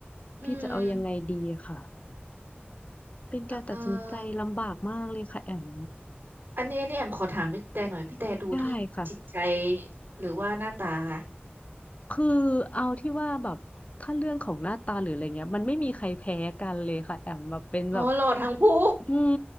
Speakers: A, on the right; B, on the left.
A: อืม
B: พี่จะเอายังไงดีค่ะเป็นการตัดสินใจลำบากมากเลยค่ะแอม
A: เอออันนี้อันนี้แอมขอถามพี่แต่หน่อย พี่แต่ดูที่จิตใจ
B: ได้ค่ะ
A: หรือว่าหน้าตาคะ
B: คือเอาที่ว่าแบบถ้าเรื่องของหน้าตาหรืออะไรเงี้ยมันไม่มีใครแพ้กันเลยค่ะแอมแบบเป็นแบบ
A: โอ้หล่อทั้งคู่
B: อืม